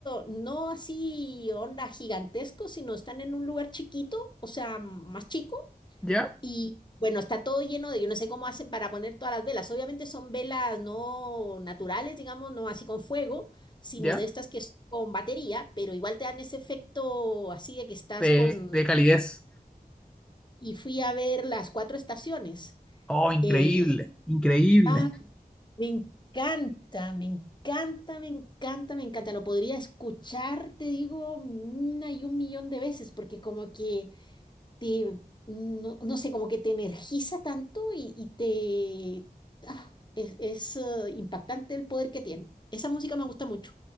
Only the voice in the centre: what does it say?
¿Ya?
¿Ya?
De,
de
calidez.
Oh, increíble.
Increíble.